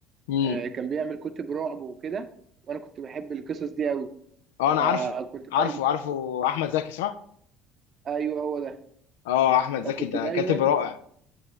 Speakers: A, on the left; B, on the right.
A: يعني
B: آه، كان بيعمل كتب رعب وكده وانا كنت بحب القصص دي قوي
A: اه انا
B: فكنت
A: عارفه عارفه
B: دايما
A: عارفه احمد زكي صح
B: ايوه هو ده
A: اه احمد
B: فكنت
A: زكي ده
B: دايما
A: كاتب رائع